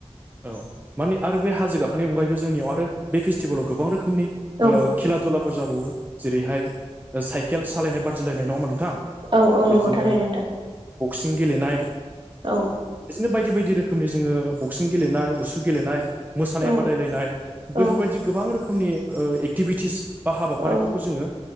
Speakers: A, on the right; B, on the right.
A: औ माने आरो बे हाजो गाखोननि अनगायैबो जोंनियाव आरो बे फेस्टिभेलाव गोबां रोखोमनि
B: औ
A: ओ खेला दुलाफोर जाबावो जेरैहाय साइकेल सालायनाय बादिलायनाय नंङा नोंथां
B: औ औ नंगौ
A: बिदिनो
B: थारैनो नोंथां
A: बक्सिं गेलेनाय
B: औ
A: बिदिनो बायदि बायदि रोखोमनि जोङो बक्सिं गेलेनाय उसु गेलेनाय मोसानाय
B: औ
A: बादायलायनाय बैफोरबायदि
B: औ
A: गोबां रोखोमनि ओ एक्टिभिटिस बा हाबाफारिफोरखौ
B: औ
A: जोङो